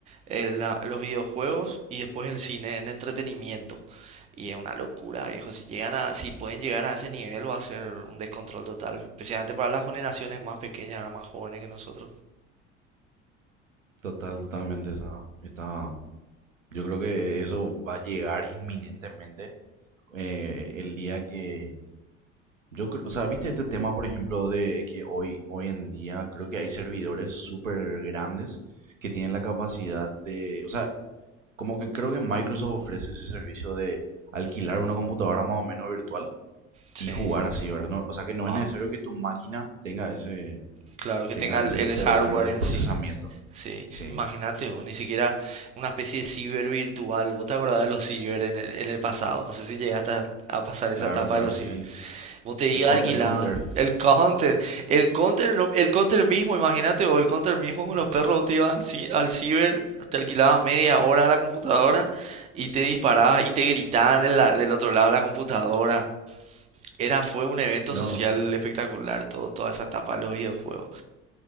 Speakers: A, on the right; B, on the right.
A: eh, la- los videojuegos y después el cine en entretenimiento. Y es una locura, viejo. Si llegan a, si pueden llegar a ese nivel, va a ser un descontrol total. Especialmente para las generaciones más pequeñas, más jóvenes que nosotros.
B: Total, totalmente. Está, está, yo creo que eso va a llegar inminentemente eh, el día que... Yo, cre- o sea, viste este tema, por ejemplo, de que hoy, hoy en día creo que hay servidores súper grandes que tienen la capacidad de... O sea, como que creo que Microsoft ofrece ese servicio de alquilar una computadora más o menos virtual
A: Sí,
B: y jugar así, ¿verdad? No- o sea, que no
A: wow.
B: es necesario que tu máquina tenga ese,
A: Claro que
B: tenga
A: tenga el,
B: ese
A: el
B: poder
A: hardware
B: de
A: en
B: procesamiento.
A: sí. Sí,
B: Sí,
A: imagínate vos, ni siquiera una especie de ciber virtual. ¿Vos te acordás de los ciber en el, en el pasado? No sé si llegaste a, a pasar esa
B: claro,
A: etapa
B: claro,
A: de los
B: sí.
A: ciber. Vos te ibas
B: Del, con-
A: alquilaba
B: del Counter.
A: el counter, el counter, no- el counter mismo, imagínate vos, el counter mismo con los perros, vos te ibas al, ci- al ciber, te alquilabas media hora a la computadora y te disparabas y te gritaban de la- del otro lado de la computadora. Era, fue un evento
B: No,
A: social espectacular, todo, toda esa etapa de los videojuegos.